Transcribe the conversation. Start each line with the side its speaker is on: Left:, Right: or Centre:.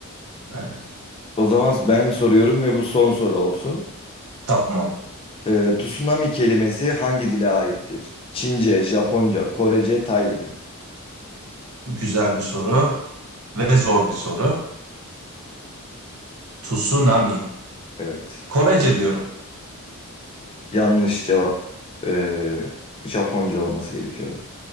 Right: Evet.
Left: O zaman ben soruyorum ve bu son soru olsun.
Right: Tamam.
Left: Ee, tsunami kelimesi hangi dile aittir? Çince, Japonca, Korece, Tayca.
Right: Güzel bir soru ve zor bir soru. Tsunami.
Left: Evet.
Right: Korece diyorum.
Left: Yanlış cevap. Ee, Japonca olması gerekiyordu.